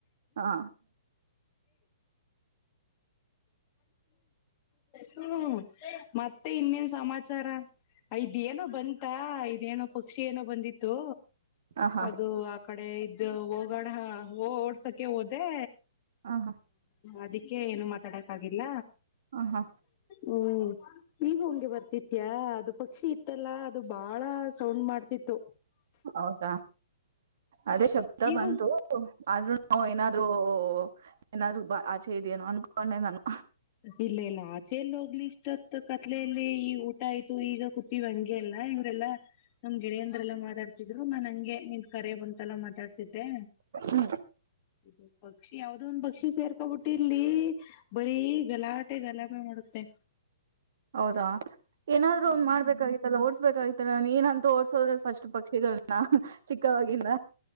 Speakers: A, on the right (about 65°); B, on the left (about 30°).
A: ಹಾ
B: ಹ್ಮ ಮತ್ತೆ ಇನ್ನೇನ್ ಸಮಾಚಾರ ಇದೇನೋ ಬಂತ ಇದೇನೋ ಪಕ್ಷಿ ಏನೋ ಬಂದಿತ್ತು
A: ಆಹಾ
B: ಅದು ಕಡೆ ಇದ ಹೋಗೋಡ ಓಡ್ಸಕ ಹೋದೆ
A: ಆಹಾ
B: ಅದಿ ಅದಿಕ್ಕೆ ಏನು ಮಾತಾಡಕ್ಕ ಆಗಿಲ್ಲ
A: ಹ ಹಾ
B: ಹ್ಮ್ ಈಗ ಹಂಗೆ ಬರ್ತಿತ್ಯ ಅದು ಪಕ್ಷಿ ಇತ್ತಲ್ಲಾ ಅದು ಬಾಳ ಸೌಂಡ್ ಮಾಡ್ತಿತ್ತು
A: ಹೌದಾ ಅದೇ ಶಬ ಶಬ್ದ
B: ಈಗ
A: ಬಂತು ಆದ್ರೂ ನಾ ಏನಾದ್ರು ಏನಾದ್ರು ಬ ಆಚೆ ಇದೆಯೇನೋ ಅನ್ಕೊಂಡೆ ನಾನು
B: ಇಲ್ಲ ಇಲ್ಲ ಆಚೆೆಯಲ್ಲಿ ಹೋಗ್ಲಿ ಇಷ್ಟತ್ ಕತ್ಲೆಯಲ್ಲಿ ಈ ಊಟ ಆಯ್ತು ಈಗ ನೀವಂಗೆ ಎಲ್ಲಾ ಇವರೆಲ್ಲಾ ನಮ್ ಗೆಳೆಯಂದ್ರ ಎಲ್ಲಾ ಮಾತಾಡ್ತಿದ್ರು ನಾನ್ ಹಂಗೆ ನಿಂದ್ ಕರೆ ಬಂತಲ್ಲಾ ಮಾತಾಡ್ತಿದ್ದೆ
A: ಹ್ಮ್
B: ಇದು ಪಕ್ಷಿ ಯಾವ್ದ ಒಂದ ಪಕ್ಷಿ ಸೇರ್ಕೋಬಿಟ್ಟಿರ್ಲ್ಲಿ ಬೀ ಗಲಾಟೆ ಗಲಾಮೆ ಮಾಡುತ್ತೆ
A: ಹೌದಾ ಏನಾದ್ರೂ
B: ಹ್ಮ್
A: ಒನ್ ಮಾಡ್ಬೇಕಾಗಿತ್ತಲ್ಲ ಓಡ್ಸ್ಬೇಕಾಗಿತ್ತಲ್ಲ ನಾನ ನೀನಂತೂ ಓ ಸೋಲ್ ಫಸ್ಟ್ ಪಕ್ಷಿಗಳನ ಚಿಕ್ಕವಾಗಿಂದ